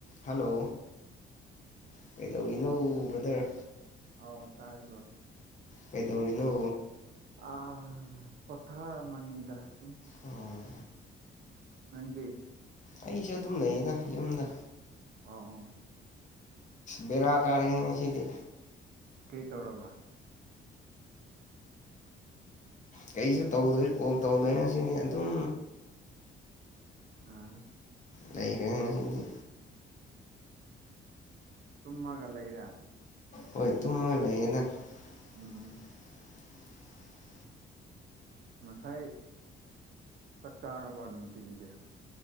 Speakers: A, on the left; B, on the right.
A: ꯍꯜꯂꯣ ꯀꯩꯗꯧꯔꯤꯅꯣ ꯕ꯭ꯔꯗꯔ
B: ꯑꯣꯥꯎ ꯇꯥꯏꯕ꯭ꯔꯣ
A: ꯀꯩꯗꯧꯔꯤꯅꯣ
B: ꯑ ꯄꯊꯔ ꯃꯅꯤꯗ ꯁꯨꯝ
A: ꯑꯣ
B: ꯅꯗꯤ
A: ꯑꯩꯁꯨ ꯑꯗꯨꯝ ꯂꯩꯌꯦꯅ ꯌꯨꯝꯗ
B: ꯑ
A: ꯕꯦꯔꯥ ꯀꯥꯔꯤ ꯉꯁꯤꯗꯤ
B: ꯀꯩ ꯇꯧꯔꯕ
A: ꯀꯩꯁꯨ ꯇꯧꯗꯣꯏꯦ ꯀꯣꯜ ꯇꯧꯗꯣꯏꯅ ꯁꯤꯅꯤ ꯑꯗꯨꯝ
B: ꯑꯥ
A: ꯂꯩꯥꯛꯈꯪ ꯁꯤꯁꯤꯡꯗꯤ
B: ꯀꯨꯝꯃꯒ ꯂꯩ ꯂꯩꯔ
A: ꯍꯣꯏ ꯇꯨꯝꯃ ꯂꯩꯌꯦꯦꯅ <unintelligible>
B: ꯎꯝ ꯉꯁꯥꯏ ꯆꯥꯛ ꯆꯥꯔꯕ ꯅꯨꯡꯊꯤꯤꯟꯒꯤ